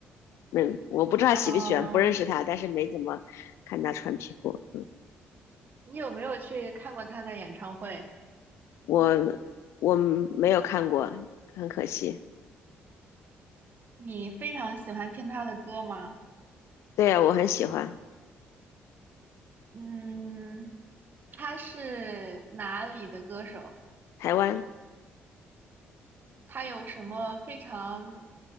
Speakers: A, on the left (about 80°); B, on the right (about 45°).
A: 没我不知道他喜不喜欢，
B: 嗯、呃
A: 不认识他，但是没怎么看他穿皮裤，嗯，
B: 你有没有去看过他的演唱会？
A: 我我没有看过，很可惜。
B: 你非常喜欢听他的歌吗？
A: 对呀，我很喜欢
B: 嗯，他是哪里的歌手？
A: 台湾。
B: 他有什么非常